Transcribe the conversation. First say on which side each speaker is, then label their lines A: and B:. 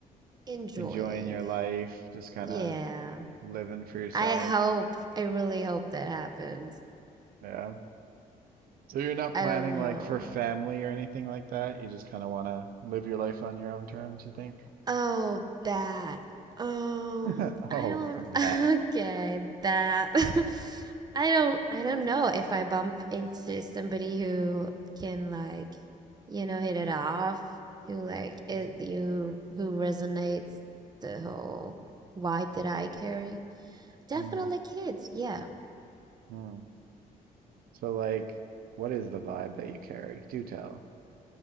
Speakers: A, on the right; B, on the right.
A: Enjoying.
B: enjoying your life, just kind
A: Yeah.
B: of living for yourself.
A: I hope, I really hope that happens.
B: Yeah. So you're not planning
A: I don't know.
B: like for family or anything like that. You just kind of want to live your life on your own terms, you think?
A: Oh, that. Um,
B: <laughs>
A: I
B: Oh,
A: don't.
B: that.
A: <laughs> Okay, that. <laughs> I don't. I don't know if I bump into somebody who can like, you know, hit it off, who like it,
B: Mm,
A: you who resonates the whole vibe that I carry. Definitely
B: mm,
A: kids. Yeah.
B: mm. So like, what is the vibe that you carry? Do tell.